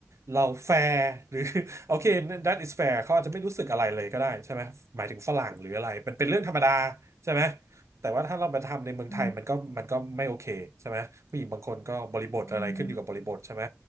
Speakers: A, on the right; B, on the left.
A: เราแฟร์หรือ <laughs> โอเค that is fair เขาอาจจะไม่รู้สึกอะไรเลยก็ได้ใช่ไหมหมายถึงฝรั่งหรืออะไรเป็นเป็นเรื่องธรรมดาใช่ไหม แต่ว่าถ้าเรามาทำในเมืองไทยมันก็มันก็ไม่โอเคใช่ไหมผู้หญิงบางคนก็บริบทอะไรขึ้นอยู่กับบริบทใช่ไหม
B: อืมอืม